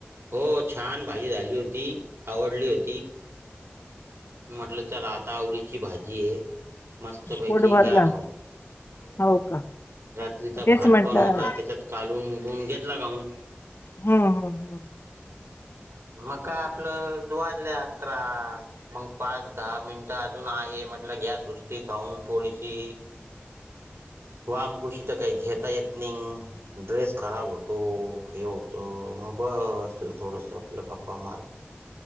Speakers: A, on the right (about 75°); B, on the left (about 65°).
A: हो छान भाजी झाली होती आवडली होती. म्हटलं चला आता आवडीची भाजी आहे. मस्तपैकी
B: फुटबॉलला,
A: घ्या खाऊन
B: हो का.
A: रात्रीचा
B: तेच
A: भात
B: म्हटलं
A: पण होता त्याच्यात कालून उलून घेतला खाऊन
B: हम्, हम, हम.
A: मगं काय आपलं वाजले अकरा. मगं पाच, दहा मिनटं अजून आहे म्हटलं घ्या सुस्ती खाऊन थोडीशी. वामकुशी तर काही घेता येत येत नाही. ड्रेस खराब होतो हे होतं मग बसलं थोडस. गप्पा मारत.